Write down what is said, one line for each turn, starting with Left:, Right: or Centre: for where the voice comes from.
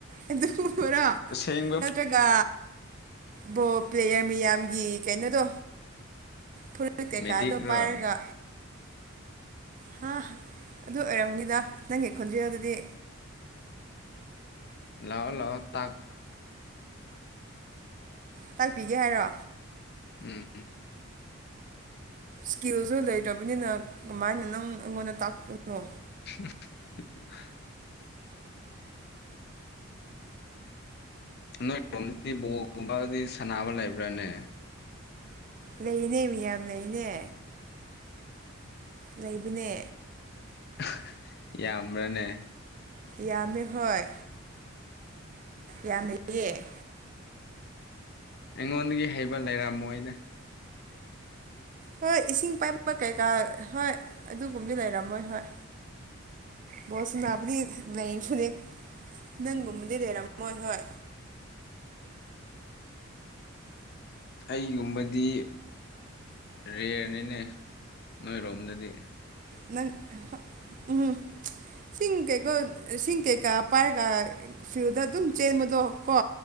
Right: ꯑꯗꯨ ꯐꯨꯔꯣ
Left: ꯑꯁꯦꯡꯕ
Right: ꯅꯠꯇ꯭ꯔꯒꯥ ꯕꯣꯜ ꯄ꯭ꯂꯦꯌꯔ ꯃꯌꯥꯝꯒꯤ ꯀꯩꯅꯣꯗꯣ ꯐꯨꯔ ꯔꯤꯠ ꯀꯩꯀꯥꯗꯣ
Left: ꯃꯦꯗꯤꯛꯔꯣ
Right: ꯄꯥꯏꯔꯒ ꯍꯥ ꯑꯗꯨ ꯑꯣꯏꯔꯝꯅꯤꯗ ꯅꯪꯒꯤ ꯈꯣꯟꯖꯦꯜꯗꯨꯗꯤ
Left: ꯂꯥꯛꯑꯣ ꯂꯥꯛꯑꯣ ꯇꯥꯛ
Right: ꯇꯥꯛꯄꯤꯒꯦ ꯍꯥꯏꯔꯣ
Left: ꯎꯝ
Right: ꯁ꯭ꯀꯤꯜꯖꯨ ꯂꯩꯇ꯭ꯔꯕꯅꯤꯅ ꯀꯃꯥꯏꯅ ꯅꯪ ꯑꯩꯉꯣꯟꯗ ꯇꯥꯛꯇꯨꯢꯅꯣ
Left: <inaudible> ꯅꯣꯏꯔꯣꯝꯗꯤ ꯕꯣꯜꯒꯨꯝꯕꯗꯤ ꯁꯥꯟꯅꯕ ꯂꯩꯕ꯭ꯔꯅꯦ
Right: ꯂꯩꯅꯦ ꯃꯤꯌꯥꯝ ꯂꯩꯅꯦ ꯂꯩꯕꯅꯦ
Left: <unintelligible> ꯌꯥꯝꯕ꯭ꯔꯅꯦ
Right: ꯌꯥꯝꯃꯦ ꯍꯣꯏ ꯌꯥꯝ ꯂꯩꯌꯦ
Left: ꯑꯩꯉꯣꯟꯗꯒꯤ ꯍꯩꯕ ꯂꯩꯔꯝꯃꯣꯏꯗ
Right: ꯍꯣꯏ ꯏꯁꯤꯡ ꯄꯥꯏꯕ ꯀꯩꯀꯥ ꯍꯣꯏ ꯑꯗꯨꯒꯨꯝꯗꯤ ꯂꯩꯔꯝꯃꯣꯏ ꯍꯣꯏ ꯕꯣꯜ ꯁꯥꯟꯅꯕꯗꯤ ꯂꯩꯕꯅꯦ ꯅꯪꯒꯨꯝꯕꯗꯤ ꯂꯩꯔꯝꯃꯣꯏ ꯍꯣꯏ
Left: ꯑꯩꯒꯨꯝꯕꯗꯤ ꯔꯦꯌꯔ ꯅꯤꯅꯦ ꯅꯣꯏꯔꯣꯝꯗꯗꯤ
Right: ꯅꯪ ꯍ
Left: <inaudible>
Right: <unintelligible> ꯏꯁꯤꯡ ꯀꯩꯀꯣ ꯏꯁꯤꯡ ꯀꯩꯀꯥ ꯄꯥꯏꯔꯒ ꯐꯤꯜꯗ ꯑꯗꯨꯝ ꯆꯦꯟꯕꯗꯣ ꯀꯣ